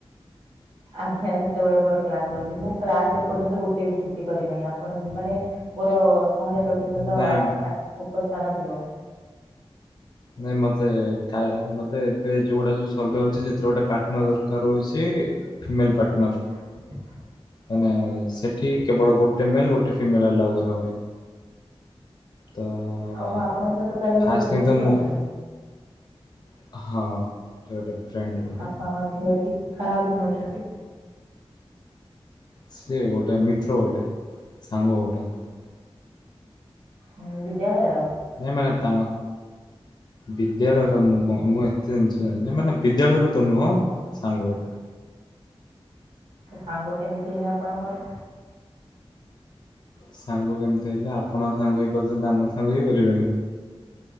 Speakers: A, on the right; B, on the left.
A: ଆଜ୍ଞା ସେତେବେଳେ ମୋର କ୍ଲାସ ରହୁଛି ମୁଁ କ୍ଲାସ ଏପର୍ଯ୍ୟନ୍ତ ଗୋଟେ ବି ଛୁଟି କରିନାହିଁ, ଆପଣ ମାନେ ମୋର ଶହେ ପ୍ରତିଶତ
B: ନାଇଁ
A: ଆ ଉପସ୍ଥାନ ଥିବ।
B: ନାଇଁ ମତେ କା ମତେ ଏବେ ଯୋଉ ଗୋଟା ଯୋଉ ସର୍ଭେ ହଉଛି ସେଥିରେ ଗୋଟେ ପାର୍ଟନ ଦରକାର ହଉଚି। Female partner.
A: <inaudible>
B: ମାନେ ସେଠି କେବଳ ଗୋଟେ ମେଲ ଗୋଟେ ଫିମେଲ ଆଲାଓ କରା ହୁଏ। ତହଁ
A: ଆଉ ଆପଣଙ୍କ ସହିତ ତାହେଲେ ଗୋଟେ
B: ଫା
A: ଝିଅଟି
B: ଷ୍ଟି ତ
A: ଯାଉଛନ୍ତି
B: ମୁଁ ହଁ। ସେ ଗୋଟେ ଫ୍ରେଣ୍ଡ ଗୋଟେ
A: ଆପଣ ଝିଅ ଠିକ କାହାକୁ ନୋଉଛନ୍ତି।
B: ସିଏ ଗୋଟେ ମିତ୍ର ଗୋଟେ ସାଙ୍ଗ ଗୋଟେ।
A: ହଁ ବିଦ୍ୟାଳୟର।
B: ନାଇ ମାନେ ତା ବିଦ୍ୟାଳୟର ମୁ ମୁଁ ଏତେ ଜିନିଷ ଜାନି ମାନେ ବିଦ୍ୟାଳୟରୁ ତ ନୁହଁ। ସାଙ୍ଗ ଗୋଟେ।
A: ସାଙ୍ଗ କେମିତି ହେଲା ଆପଣଙ୍କର?
B: ସାଙ୍ଗ କେମିତି ହେଲେ ଆପଣଙ୍କ ସାଙ୍ଗ ହେଇପାରୁଛନ୍ତି ଆମର ସାଙ୍ଗ ହେଇପାରିବେନି।